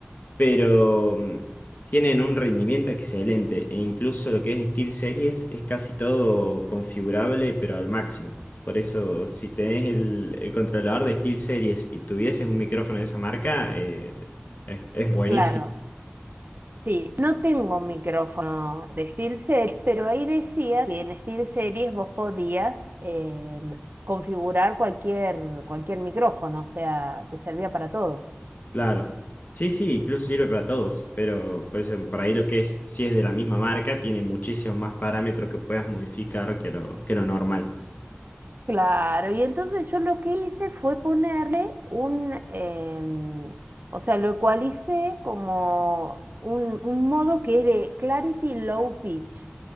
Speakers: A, on the left; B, on the right.
A: pero mm, tienen un rendimiento excelente e incluso lo que es SteelSeries es casi todo configurable, pero al máximo. Por eso, si tenés el, el controlador de SteelSeries y tuvieses un micrófono de esa marca, eh, es, es buenísimo,
B: claro. Sí, no tengo micrófono de SteelSeries, pero ahí decía que en SteelSeries vos podías eh, configurar cualquier, cualquier micrófono, o sea, te servía para todos.
A: claro. Sí, sí, incluso sirve para todos, pero por eso, por ahí lo que es, si es de la misma marca, tiene muchísimos más parámetros que puedas modificar que lo, que lo normal.
B: Claro, y entonces yo lo que hice fue ponerle un, em, o sea, lo ecualicé como un, un modo que es de Clarity Low Pitch.